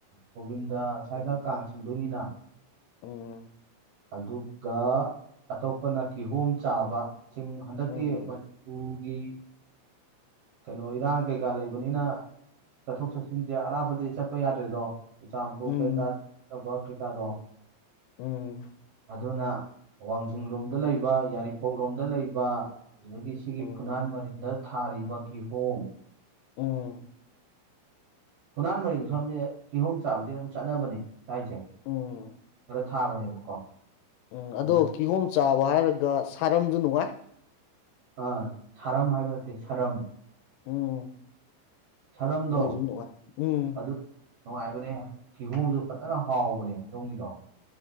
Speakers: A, on the right (about 40°); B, on the left (about 80°).
A: ꯒꯣꯕꯤꯟꯗ ꯁ꯭ꯋꯥꯏꯗ
B: ꯎꯝ
A: ꯀꯥꯡ ꯆꯤꯡꯗꯣꯏꯅꯤꯅ
B: ꯎꯝ
A: ꯑꯗꯨꯒ ꯑꯇꯣꯞꯄꯥꯅ ꯀꯤꯍꯣꯝ ꯆꯥꯕ ꯆꯤꯡ ꯍꯟꯗꯛꯇꯤ
B: ꯎꯝ
A: ꯃꯅꯤꯄꯨꯔꯒꯤ ꯀꯩꯅꯣ ꯏꯔꯥꯡ ꯀꯩꯀꯥ ꯂꯩꯕꯅꯤꯅ ꯆꯠꯊꯣꯛ ꯆꯠꯁꯤꯟꯁꯦ ꯑꯔꯥꯞꯄꯗꯗꯤ ꯆꯠꯄ ꯌꯥꯗ꯭ꯔꯦꯗꯣ ꯆꯨꯆꯥꯝꯄꯨꯔ
B: ꯎꯝ
A: ꯀꯩꯀꯥꯗ ꯊꯕꯛ ꯀꯩꯀꯥꯗꯣ
B: ꯎꯝ
A: ꯑꯗꯨꯅ ꯋꯥꯡꯖꯤꯡ ꯂꯣꯝꯗ ꯂꯩꯕ ꯌꯥꯏꯔꯤꯄꯣꯛ ꯂꯣꯝꯗ ꯂꯩꯕ ꯑꯗꯨꯗꯒꯤ ꯁꯤꯒꯤ
B: ꯎꯝ
A: ꯐꯨꯅꯥꯟ ꯃꯥꯔꯤꯟꯗ ꯊꯥꯔꯤꯕ ꯀꯤꯍꯣꯝ
B: ꯎꯝ
A: ꯐꯨꯅꯥꯟ ꯃꯥꯔꯤꯡ ꯁꯣꯝꯁꯦ ꯀꯤꯍꯣꯝ ꯆꯥꯕꯗꯤ ꯑꯗꯨꯝ ꯆꯠꯅꯕꯅꯦ ꯁ꯭ꯋꯥꯏꯁꯦ
B: ꯎꯝ
A: ꯈꯔ ꯊꯥꯕꯅꯦꯕꯀꯣ
B: ꯎꯝ
A: ꯍꯟꯗꯛ
B: ꯑꯗꯣ ꯀꯤꯍꯣꯝ ꯆꯥꯕ ꯍꯥꯏꯔꯒ ꯁꯥꯔꯝꯁꯨ ꯅꯨꯡꯉꯥꯏ
A: ꯑ ꯁꯥꯔꯝ ꯍꯥꯏꯕ ꯅꯠꯇꯦ ꯁꯥꯔꯝ
B: ꯎꯝ
A: ꯁꯥꯔꯝꯗꯣ
B: ꯃꯣꯏꯁꯨ ꯅꯨꯡꯉꯥꯏ ꯎꯝ
A: ꯑꯗꯨ ꯅꯨꯡꯉꯥꯏꯕꯅꯦ ꯀꯤꯍꯣꯝꯁꯨ ꯐꯥꯖꯅ
B: ꯎꯝ
A: ꯍꯥꯎꯕꯅꯦ ꯑꯗꯣꯝꯒꯤꯗꯣ